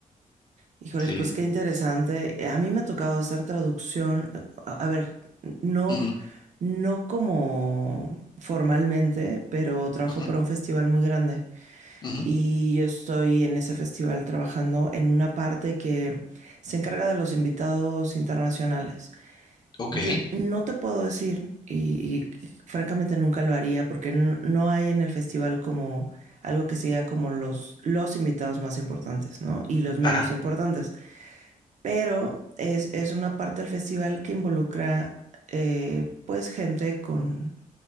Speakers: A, on the right; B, on the left.
A: Híjoles,
B: Sí.
A: pues qué interesante. Eh, A mí me ha tocado hacer traducción, eh, a, a ver, no,
B: Ujú,
A: no como formalmente, pero trabajo
B: ujú,
A: para un festival muy grande
B: ujú.
A: y yo estoy en ese festival trabajando en una parte que se encarga de los invitados internacionales.
B: Ok.
A: Yo no te puedo decir y, y francamente nunca lo haría porque no, no hay en el festival como algo que sea como los, los invitados más importantes, ¿no? Y los menos
B: Ajá.
A: importantes. Pero es, es una parte del festival que involucra eh, pues gente con